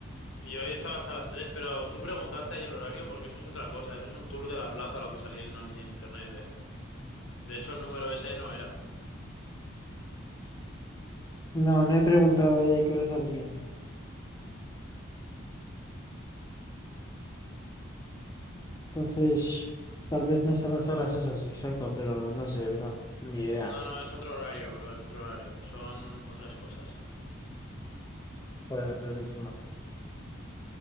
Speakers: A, on the left; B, on the left.
A: Y hoy estaba hasta las 3, pero tú preguntaste ahí el horario porque eso es otra cosa, eso es un tour de la plaza lo que salía en, en internet, ¿eh? De hecho, el número ese no era.
B: No, no he preguntado a ella qué horas abrían. Entonces, tal vez no es a las horas esas, exacto, pero no sé, bro. Ni idea.
A: No, no, es otro horario, bro, es otro horario. Son otras cosas.
B: Joder, durísimo.